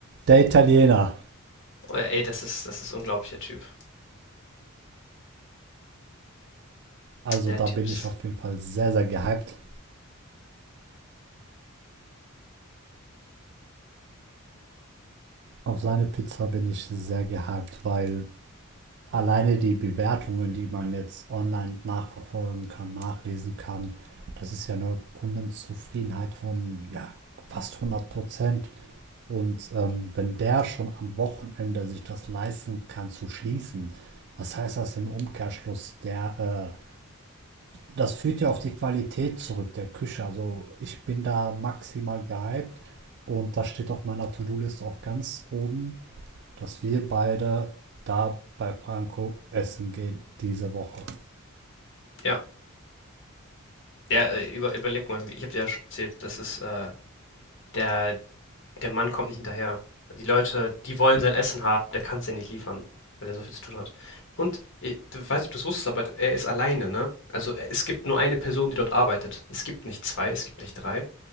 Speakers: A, on the right; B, on the left.
A: der Italiener.
B: Oh ja, ey, das ist, das ist unglaublich, der Typ.
A: Also
B: Der
A: da
B: Typs
A: bin ich
B: ist.
A: auf jeden Fall sehr, sehr gehypt. Auf seine Pizza bin ich sehr gehypt, weil alleine die Bewertungen, die man jetzt online nachverfolgen kann, nachlesen kann, das ist ja eine Kundenzufriedenheit von ja, fast 100 Prozent. Und ähm, wenn der schon am Wochenende sich das leisten kann zu schließen, was heißt das im Umkehrschluss? Der, äh, das führt ja auf die Qualität zurück der Küche. Also ich bin da maximal gehypt und das steht auf meiner To-Do-Liste auch ganz oben, dass wir beide da bei Franco essen gehen diese Woche.
B: Ja, äh, über, überleg mal, ich habe dir ja schon erzählt, das ist, äh, der, der Mann kommt nicht hinterher. Die Leute, die wollen sein Essen haben, der kann es ja nicht liefern, weil er so viel zu tun hat. Und, ich weiß nicht, ob du es wusstest, aber er ist alleine, ne? Also äh, es gibt nur eine Person, die dort arbeitet. Es gibt nicht zwei, es gibt nicht drei.